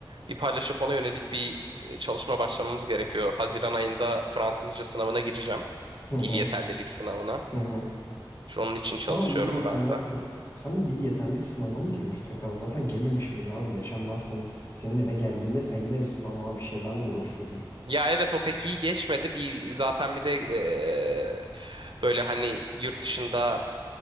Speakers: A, on the right (about 70°); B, on the left (about 35°).
A: bir paylaşıp ona yönelik bir e, çalışma başlamamız gerekiyor. Haziran ayında Fransızca sınavına gireceğim.
B: Hı hı.
A: Dil yeterlilik sınavına.
B: Hı hı.
A: Şu onun için çalışıyorum
B: Sen bir dakika
A: ben
B: ya
A: de.
B: dur. Sen dil yeterlilik sınavına mı giriyorsun tekrar? Zaten girmemiş miydin abi? Geçen ben senin, senin eve geldiğimde sen yine bir sınavına bir şeylerle uğraşıyordun.
A: Ya evet o pek iyi geçmedi. Bir zaten bir de e, böyle hani yurt dışında